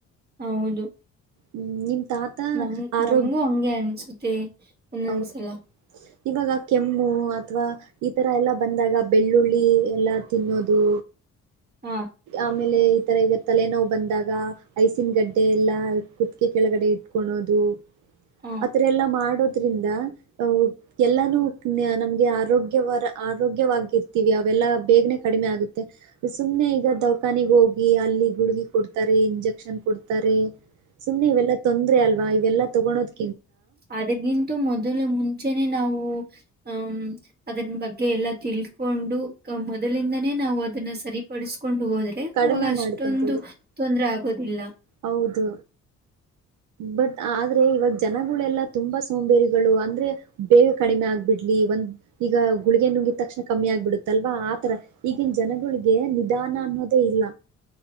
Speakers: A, on the right; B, on the right.
A: ಹೌದು
B: ಹ್ಮ್ ನಿಮ್ ತಾತ
A: ನಮ್
B: ಆರೋಗ್ಯ
A: ನಮಗೂ ಹಂಗೆ ಅನ್ಸುತ್ತ. ಮತ್ತೆ ಒಂದೊಂದ್ಸಲಾ
B: ಹೌದು ಇವಾಗ ಕೆಮ್ಮು ಅಥವಾ ಈ ತರ ಎಲ್ಲ ಬಂದಾಗ ಬೆಳ್ಳುಳ್ಳಿ ಎಲ್ಲ ತಿನ್ನೋದು
A: ಹಾ
B: ಆಮೇಲೆ ಇತರ ಈಗ ತಲೆನೋವು ಬಂದಾಗ ಐಸಿನ ಗಡ್ಡೆ ಎಲ್ಲ ಕುತ್ಗೆ ಕೆಳಗಡೆ ಇತ್ಕೋಳ್ಳೋದು
A: ಹ
B: ಆತರ ಎಲ್ಲಾ ಮಾಡೋದ್ರಿಂದ, ಅಹ ಎಲ್ಲಾನೂ ನಮ್ಗೆ ಆರೋಗ್ಯವರ ಆರೋಗ್ಯವಾಗಿ ಇರ್ತೀವಿ ಅವೆಲ್ಲಾ ಬೇಗನೆ ಕಡಿಮೆ ಆಗುತ್ತೆ ಸುಮ್ನೆ ಈಗ ದೌಖಾನಿಗ್ ಹೋಗಿ ಅಲ್ಲಿ ಗುಳ್ಗಿ ಕೊಡ್ತಾರೆ, ಇಂಜೆಕ್ಷನ್ ಕೊಡ್ತಾರೆ. ಸುಮ್ಮನೆ ಇವೆಲ್ಲ ತೊಂದ್ರೆ ಅಲ್ವಾ ಇವೆಲ್ಲ ತೊಗೋಳೋದ್
A: ಅದಕ್ಕಿಂತ ಮೊದಲು ಮೊದಲು ಮುಂಚೆನೆ ನಾವು ಹ ಅದನ್ ಬಗ್ಗೆ ಎಲ್ಲಾ ತಿಳ್ಕೊಂಡು ಮೊದಲಿಂದನೇ ನಾವು ಅದನ್ನ ಸರಿಪಡಿಸಿಕೊ ಕೊಂಡು ಹೋದ್ರೆ
B: ಕಡಿಮೆ
A: ಅವವಾಗ ಅಷ್ಟೊಂದು
B: ಮಾಡ್ಕೊಂತಿದ್ರೆ
A: ತೊಂದರೆ ಆಗ ಆಗೋದಿಲ್ಲ.
B: ಹೌದು, ಬಟ್ ಆದ್ರೆ ಇವಾಗ ಜನಗಳೆಲ್ಲ ತುಂಬಾ ಸೋಂಬೇರಿಗಳು. ಅಂದ್ರೆ ಬೇಗ ಕಡಿಮೆ ಆಗ್ಬಿಡ್ಲಿ, ಒಂದ್ ಈಗ ಗುಳಿಗೆ ನುಂಗಿದ ತಕ್ಷಣ ಕಮ್ಮಿ ಆಗ್ಬಿಡುತ್ತಲ್ವಾ ಆತರ ಈಗಿನ ಜನಗಳಿಗೆ ನಿಧಾನ ಅನ್ನೋದೇ ಇಲ್ಲ.